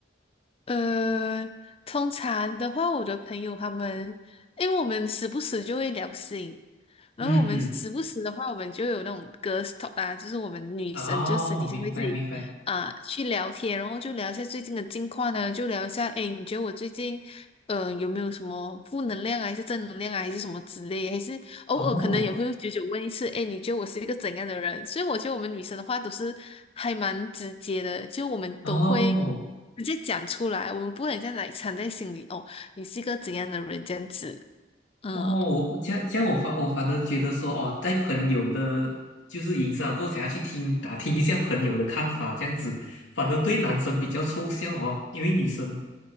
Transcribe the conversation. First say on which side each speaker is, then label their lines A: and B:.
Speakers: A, on the left (about 30°); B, on the left (about 75°).
A: 呃，通常的话，我的朋友他们，因为我们时不时就会聊性，然后我们时不时的话，
B: 嗯嗯。
A: 我们就有那种 g i r s t 啊，就是我们女生就私底下会自己啊、
B: 哦，明白明白，
A: 去聊天，然后就聊一下最近的近况呢，就聊一下，诶，你觉得我最近呃有没有什么负能量啊，还是正能量啊，还是什么之类，还是偶尔可能也会久久问一次，
B: 哦
A: 哎，你觉得我是一个怎样的人？所以我觉得我们女生的话都是还蛮直接的，就我们都会
B: 哦
A: 直接讲出来，我们不会这样来藏在心里哦，你是一个怎样的人这样子，嗯，
B: 哦，我我这样这样我反我反而觉得说，哦，在朋友的，就是影响过后想要去听打听一下朋友的看法，这样子，反而对男生比较抽象哦，因为女生